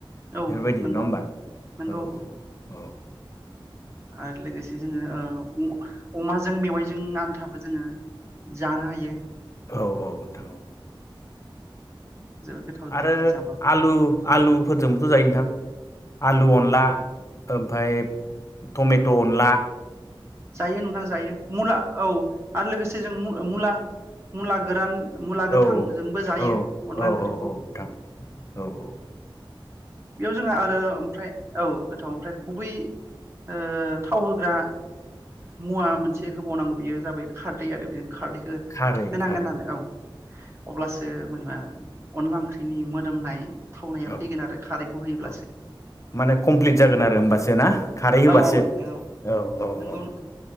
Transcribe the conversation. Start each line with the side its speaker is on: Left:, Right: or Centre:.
Right: औ
Left: बेफोरबायदि
Right: नंगौ
Left: नङा होमबा
Right: नंगौ।
Left: औ औ
Right: आरो लोगोसे जोङो ओ अमा अमाजों मेवाय जों आन्थाबो जोङो जानो हायो।
Left: औ औ नोंथां औ
Right: जोबोद गोथाव जायो
Left: आरो
Right: बिदि जाबाबो
Left: आलु आलुफोरजोंबोथ' जायो नोंथां? आलु अनला, ओमफाय टमेट अनला,
Right: जायो नोंथां जायो मुला औ आरो लोगोसे जों मु मुला मुला गोरान मुला गोथांजोंबो
Left: ओ औ
Right: जायो
Left: औ
Right: अनला
Left: औ
Right: ओंख्रिखौ।
Left: औ औ नोंथां औ औ
Right: बेयाव जोंहा आरो ओमफ्राय औ गोथाव ओमफ्राय गुबै ओ थाव होग्रा मुवा मोनसे होबावनांगौ बियो जाबाय खारदै आरो बे खारदै ओ
Left: खारै
Right: होनांगोन
Left: खारै
Right: नानो औ अब्लासो मानबा अनला ओंख्रिनि मोदोमनाय थावनाया
Left: औ
Right: फैगोन आरो होयोब्लासो
Left: औ माने कमप्लिट जागोन आरो होमबासो ना खारै होबासो
Right: औ औ नोंथां
Left: औ औ
Right: नंगौ
Left: औ औ
Right: नोंथां